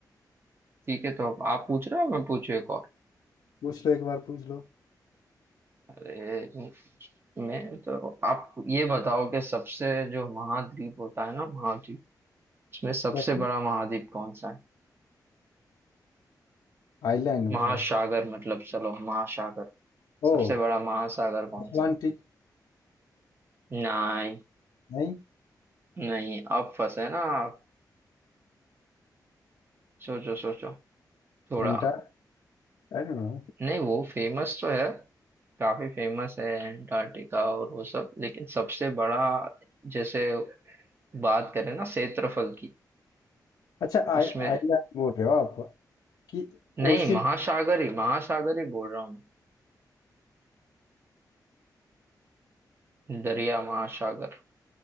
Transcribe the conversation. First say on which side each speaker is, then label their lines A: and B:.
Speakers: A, on the right (about 30°); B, on the left (about 70°).
A: ठीक है तो अब आप पूछ रहे हो मैं पूछू एक और
B: पूछ लो एक बार पूछ लो
A: अरे मैं तो आप ये बताओ कि सबसे जो महाद्वीप होता है ना महाद्वीप इसमें सबसे
B: कैसी
A: बड़ा महाद्वीप कौन सा है
B: आइलैंड मतलब
A: महासागर मतलब चलो महासागर
B: ओ
A: सबसे बड़ा महासागर कौन
B: अटलांटिक
A: सा है नहीं
B: नहीं
A: नहीं अब फंसे ना आप सोचो सोचो थोड़ा
B: एंटार्क आई डोंट नो
A: नहीं वो फेमस तो है काफी फेमस है अंटार्कटिका और वो सब लेकिन सबसे बड़ा जैसे बात करें ना क्षेत्रफल की
B: अच्छा आई
A: उसमें
B: आइलैंड बोल रहे हो आप कि
A: नहीं
B: ओशियन
A: महासागर ही महासागर ही बोल रहा हूँ मैं दरिया महासागर